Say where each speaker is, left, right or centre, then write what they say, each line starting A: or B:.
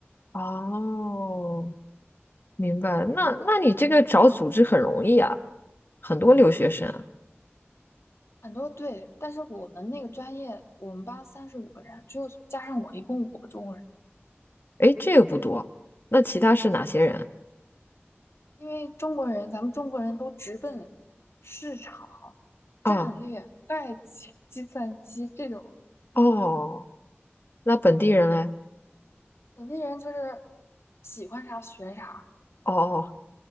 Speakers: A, on the left; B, on the left.
A: 哦，明白。那那你这个找组织很容易啊，很多留学生。
B: 很多对。但是我们那个专业，我们班三十五个人，就加上我一共五个中国人，
A: 诶，这个不多。那其他是哪些人
B: 因为中国人，咱们中国人都直奔市场、
A: 啊？
B: 战略、会计、计算机这种，
A: 哦，那本地人嘞？
B: 本地人就是喜欢啥学啥，
A: 哦哦，